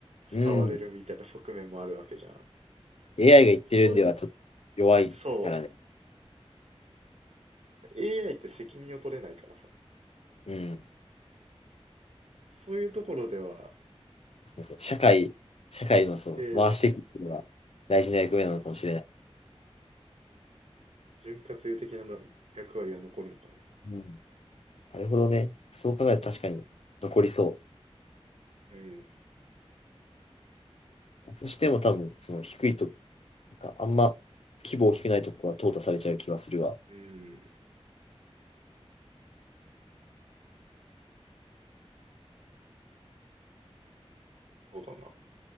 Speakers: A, on the left; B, on the right.
A: うん。
B: 使われるみたいな側面もあるわけじゃん。
A: AI が言ってるんではちょっと弱いからね。
B: そういう、そう。AI って責任を取れないからさ。
A: うん。
B: そういうところでは、
A: すみません。社会、社会のその回していくことが大事な役目なのかもしれない。
B: 一定、うん、潤滑油的なの役割は残るのかも。
A: うん、なるほどね。そう考えると確かに残りそ
B: うん、
A: う。そしても多分、その低いと、なんかあんま規模大きくないとこは淘汰されちゃう気はするわ。
B: うん、そうだな。